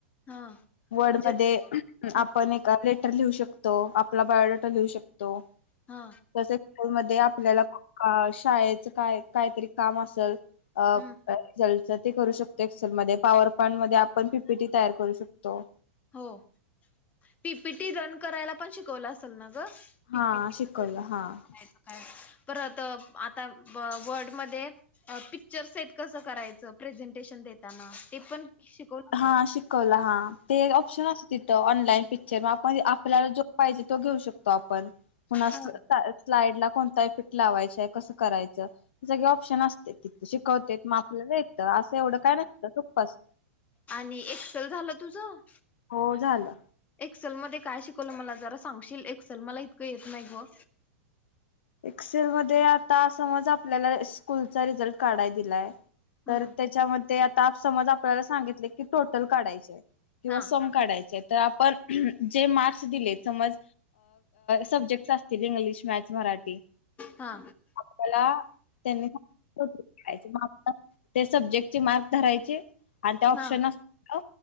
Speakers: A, on the left (about 20°); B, on the left (about 55°).
A: हा
B: वर्ड
A: म्हणजे
B: मध्ये
A: हा
B: आपण <unintelligible> लिहू शकतो. आपला बायो लिहू शकतो.
A: हा
B: तसेच <unintelligible> आपल्याला शाळेच काय -काय तरी काम असेल. <unintelligible> ते
A: हम्म
B: करू शकतो, एक्सेलमध्ये पॉवर पॉईंट मध्ये आपण पीपीटी तयार करू शकतो.
A: हो पीपीटी रन करायला पण शिकवलं असेल ना. पीपीटी
B: हा शिकवलं हा.
A: <unintelligible> परत आता वर्ल्डमध्येध पिक्चर सेट कसं करायचं प्रेझेंटेशन देताना. ते पण शिकवलं काय
B: हा शिकवला हा ते <unintelligible> तिथं ऑनलाईन पिक्चर आपण आपल्याला जो पाहिजे तो घेऊ शकतो. आपण <unintelligible>
A: हा
B: स्लाइड कोणता इफेक्ट लावायचाय, कसं करायचं हे सगळे ऑप्शन असत्यात तिथं शिकवते आपल्याला येतं असं एवढं काय नसतं सोप्प असत.
A: आणि एक्सेल झालं तुझं.
B: हो झालं
A: एक्सेल मध्ये काय शिकवलं मला जरा सांगशील एक्सेल मला इतकं येत नाही ग.
B: एक्सेल मध्ये आता समज आपल्याला स्कूलचा रिझल्ट काढाय दिलाय.
A: हम्म
B: तर त्याच्यामध्ये ते आता समज आपल्याला सांगितले की टोटल काढायची. किंवा
A: हा
B: सम काढायचं. तर आपण जे मार्क्स दिलेत समज सब्जेक्ट असतील इंग्लिश, मॅथ्स, मराठी ते
A: हा
B: आपल्या त्यांनी <unintelligible> ते सब्जेक्टचे मार्क धरायचे? आणि त्या ऑप्शन
A: हा
B: असत.